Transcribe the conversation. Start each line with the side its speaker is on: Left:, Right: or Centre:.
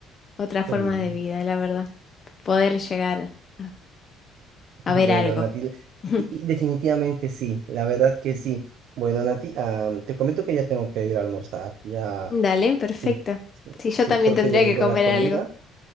Left: otra forma
Right: Qué lindo.
Left: de vida,
Right: <laughs>
Left: la verdad, poder llegar a, a
Right: Bueno,
Left: ver algo.
Right: Nati,
Left: <laughs>
Right: y, y definitivamente sí, la verdad que sí. Bueno, Nati, ah, te comento que ya tengo que ir a almorzar. Ya,
Left: Dale, perfecto.
Right: sí,
Left: Sí, yo
Right: sí,
Left: también
Right: creo
Left: tendría
Right: que ya llegó
Left: que comer
Right: la comida.
Left: algo.